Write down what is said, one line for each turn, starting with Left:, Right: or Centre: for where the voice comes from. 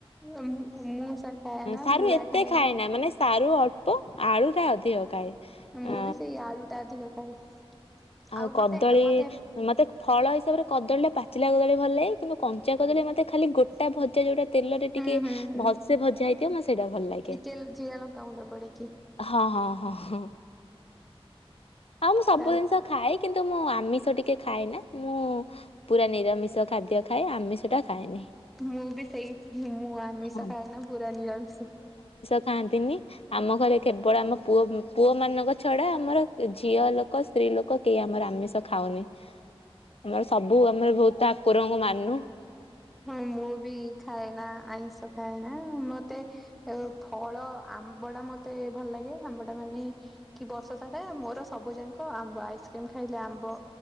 Centre: ମୁଁ ସ ଖାଏ ନା
Left: ସାରୁ
Centre: ମୂଳା
Left: ଏତେ
Centre: ଖାଏନା
Left: ଖାଏ ନା ମାନେ ସାରୁ ଅଳ୍ପ ଆଳୁ ଟା ଅଧିକ। ଖାଏ।
Centre: ମୁଁ
Left: ଅ
Centre: ବି ସେଇ ଆଳୁ ଟା ଅଧିକ। <unintelligible>
Left: ଆଉ କଦଳୀ
Centre: ମତେ ମତେ
Left: ମ ଫଳ ହିସାବରେ କଦଳୀଟା ପାଚିଲା କଦଳୀ ଭଲ ଲାଗେ କିନ୍ତୁ କଞ୍ଚା କଦଳୀ ମତେ ଖାଲି ଗୋଟା ଭଜା ଯୋଉ ତେଲରେ
Centre: ହୁଁ
Left: ଟିକେ
Centre: ହୁଁ ହୁଁ
Left: ଭଲସେ ଭଜା ହେଇଥିବ ମତେ ସେଇଟା ଭଲ ଲାଗେ
Centre: ଟିକେ ଜିରା ଲଙ୍କା ଗୁଣ୍ଡ ପଡିକି
Left: ହଁ ହଁ। ହଁ। ଆଉ ମୁଁ ସବୁ
Centre: ତା
Left: ଜିନିଷ ଖାଏ କିନ୍ତୁ ମୁଁ ଆମିଷ ଟିକେ ଖାଏ ନା ମୁଁ ପୁରା ନିରାମିଷ ଖାଦ୍ୟ ଖାଏ ଆମିଷ ଟା ଖାଏନି।
Centre: ମୁଁ ବି ସେଇ ମୁଁ ଆମିଷ
Left: ହଁ।
Centre: କାହି ନା ପୁର ନି ଆମିଷ
Left: ଥାଆନ୍ତିନି ଆମ ଘରେ କେବଳ ଆମ ପୁଅ ପୁଅ ମାନଙ୍କ ଛଡା ଆମର ଝିଅ ଲୋକ ସ୍ତ୍ରୀ ଲୋକ ଲୋକ କେହି ଆମର ଆମିଷ ଖାଉନି? ଆମର ସବୁ ଆମର ବହୁତ କୁକୁରଙ୍କୁ ମାନନୁ
Centre: ହଁ ମୁଁ ବି ଖାଏ ନା ଆଇଁଷ ଖାଏନା ମ ମତେ ଫଳ ଆମ୍ବ ଟା ମତେ ଭଲ ଲାଗେ ଆମ୍ବ ଟା ମାନେ କି ବର୍ଷ ସାରା ମୋର ସବୁ ଯାକ ଆମ୍ବ ଆଇସ୍କ୍ରିମ ଖାଇଲେ ଆମ୍ବ